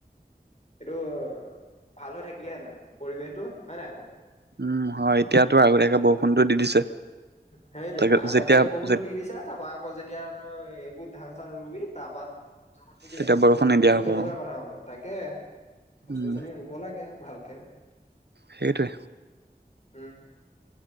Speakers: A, on the left; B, on the right.
A: এইটো ভাল হৈ থাকিলেহেঁতেন পৰিৱেশটো হয়ে নাই বাৰৌ
B: উম হয় এতিয়াতো আগতীয়াকে বৰষুণতটো দি দিছে
A: সেইটো
B: তাকে
A: এটা আগতীয়াকে
B: যেতিয়া
A: বৰষুণটো
B: যে
A: দি দিছে তাৰপা আকৌ যেতিয়া তই এইবোৰ ধান চান ৰুবি তাৰপ তো জগ নিদিয়া
B: তেতিয়া
A: সেইটো
B: বৰষুণ নিদিয়া হ'ব
A: কেনেকুৱা
B: অ
A: কথা হ'ব। তাকে। গছ
B: উম
A: গছনি ৰুব লাগে। ভালকে।
B: হেই তোয়ে।
A: উম।